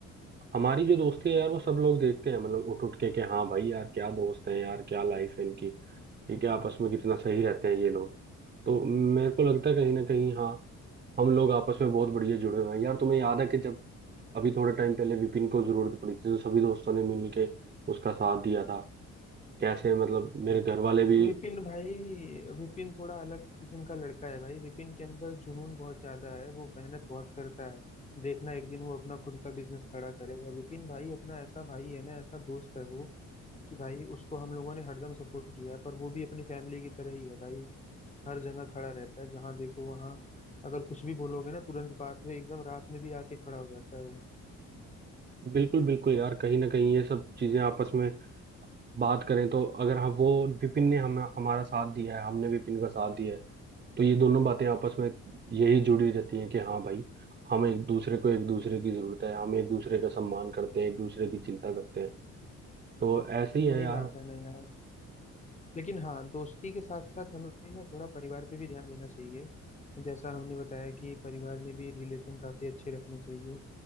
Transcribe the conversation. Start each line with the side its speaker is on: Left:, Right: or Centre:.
Right: हमारी जो दोस्ती है यार वो सब लोग देखते हैं मतलब उठ उठ के कि हाँ भाई यार क्या दोस्त हैं यार क्या लाइफ है इनकी ठीक है आपस में कितना सही रहते हैं ये लोग तो मेरे को लगता है कहीं ना कहीं हाँ हम लोग आपस में बहुत बढ़िया जुड़े हुए हैं यार तुम्हें याद है कि जब अभी थोड़े टाइम पहले विपिन को जरूरत पड़ी थी तो सभी दोस्तों ने मिल के उसका साथ दिया था कैसे मतलब मेरे घर वाले भी
Left: विपिन भाई विपिन थोड़ा अलग किस्म का लड़का है भाई विपिन के अंदर जुनून बहुत ज्यादा है वो मेहनत बहुत करता है देखना एक दिन वो अपना खुद का बिजनेस खड़ा करेगा विपिन भाई अपना ऐसा भाई है ना ऐसा दोस्त है वो कि भाई उसको हम लोगों ने हरदम सपोर्ट किया है पर वो भी अपनी फैमिली की तरह ही है भाई हर जगह खड़ा रहता है जहाँ देखो वहाँ अगर कुछ भी बोलोगे ना तुरंत बात में एकदम रात में भी आके खड़ा हो जाता है वो
Right: बिल्कुल बिल्कुल यार कहीं ना कहीं ये सब चीजें आपस में बात करें तो अगर हम वो विपिन ने हमें हमारा साथ दिया है हमने विपिन का साथ दिया है तो ये दोनों बातें आपस में यही जुड़ी रहती हैं कि हाँ भाई हम एक दूसरे को एक दूसरे की जरूरत है हम एक दूसरे का सम्मान करते हैं एक दूसरे की चिंता करते हैं तो ऐसे ही
Left: वही
Right: है यार
Left: बात है ना यार लेकिन हाँ दोस्ती के साथ साथ हमें ना थोड़ा परिवार पे भी ध्यान देना चाहिए जैसा हमने बताया कि परिवार में भी रिलेशन काफी अच्छे रखने चाहिए